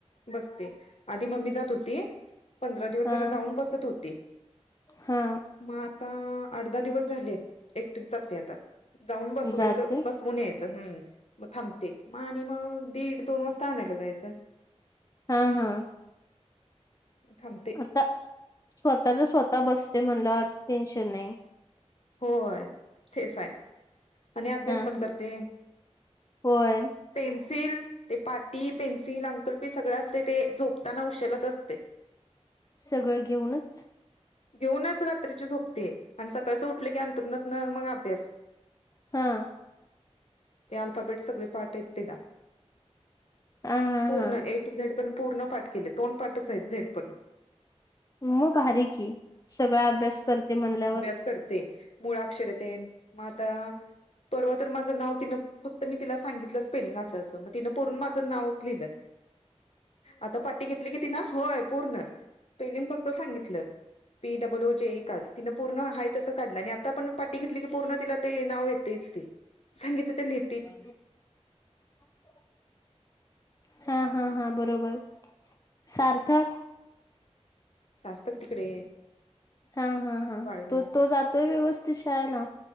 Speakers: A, on the left; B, on the left.
A: बसते, आधी मम्मी जात होती. पंधरा दिवस
B: हा
A: जरा जाऊन बसत होती.
B: हा
A: आत्ता आठ दहा दिवस झाले. -टीच जाते आता जाऊन बसवायचं
B: जाते
A: बसवून यायचं हम्. म थांबते म आणि म दीड दोन वाजता आणायला जायचं.
B: हां हां.
A: थांबते.
B: आता स्वतःच स्वतः बसते म्हणल्या वर टेन्शन नाई.
A: होय तेचाय. आणि अभ्यास
B: हा
A: पण
B: हा
A: करते,
B: होय
A: पेन्सिल ते पाटी पेन्सिल अंकुल्पी सगळं असते ते झोपताना उशलाच असते.
B: सगळं घेऊनच.
A: घेऊनच रात्रीची झोपते आणि सकाळचं उठलं की अंथरुणातनं मग अभ् तेस
B: हा
A: ते अल्फाबेट सगळे पाठयत तिला
B: हा हा
A: पूर्ण
B: हा
A: ए टु झेडपर्यंत पूर्ण पाठ केले तोंड पाठचेत झेडपर्यंत.
B: मग भारी की सगळा अभ्यास करते म्हणल्यावर
A: चा करते मुळाक्षर तेन मग आता परवा तर माझं नाव तिनं फक्त मी तिला सांगितलं स्पेलिंग असं असं मग तिनं पुर्ण माझं नावच लिहिलं.
B: <inaudible>
A: आता पाठी घेतली कि तिने होय पूर्ण स्पेलिंग फक्त सांगितलं. P double O J A काढ तिंन पूर्ण आहे तसं काढलं आणि आता पण पाटी घेतली की पूर्ण तिला ते नाव येतेच ते सांगितले ते लि
B: <unintelligible> हा हा हा बरोबर सार्थक.
A: सार्थक तिकडे
B: हा हा हा
A: वाळव्यात
B: तो तो जातोय व्यवस्थित शाळेला.